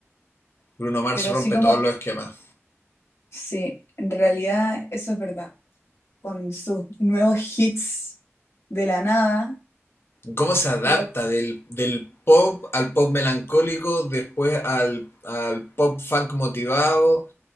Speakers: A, on the left (about 55°); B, on the left (about 70°).
A: Bruno Mars
B: Pero
A: rompe
B: así como,
A: todos los esquemas.
B: sí, en realidad eso es verdad. Con sus nuevos hits de la nada.
A: ¿Cómo se adapta
B: de-
A: del, del pop al pop melancólico, después al, al pop funk motivado?